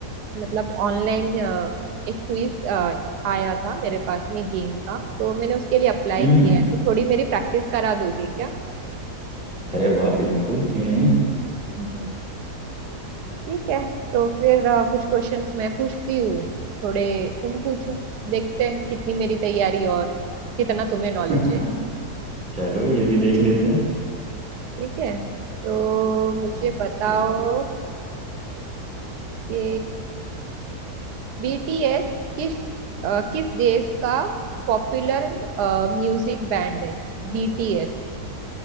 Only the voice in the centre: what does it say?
हम्म
अरे वाह बिल्कुल क्यों नहीं
<laughs>
चलो
ये भी देख लेते हैं
ओके